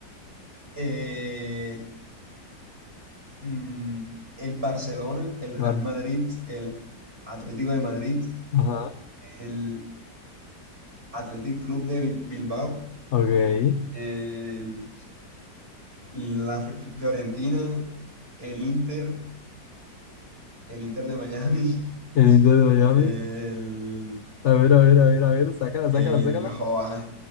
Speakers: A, on the right; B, on the left.
A: el mm, el Barcelona, el Real
B: Vale.
A: Madrid, el Atlético de Madrid,
B: Ajá.
A: el Athletic Club de Bi- Bilbao,
B: Ok. El
A: el, la F- F- Fiorentina, el Inter, el Inter de Miami, <laughs>
B: Inter de Miami.
A: el,
B: A ver, a ver, a ver, a ver. Sácala,
A: el,
B: sácala, sácala.
A: joa,